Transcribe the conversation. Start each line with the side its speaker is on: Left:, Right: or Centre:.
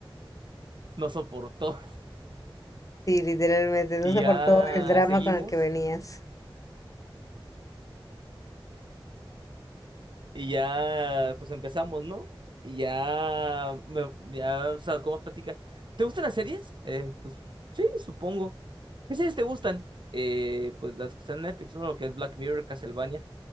Right: no soportó.
Left: Sí, literalmente,
Right: Y
Left: no soportó
Right: ya
Left: el drama
Right: seguimos.
Left: con el que venías.
Right: Y ya, pues empezamos, ¿no? Y ya, me- ya, o sea, ¿cómo platica? ¿Te gustan las series? Eh, pues sí, supongo. ¿Qué series te gustan? Eh, pues las que están en Netflix, ¿no? Lo que es Black Mirror, Castlevania.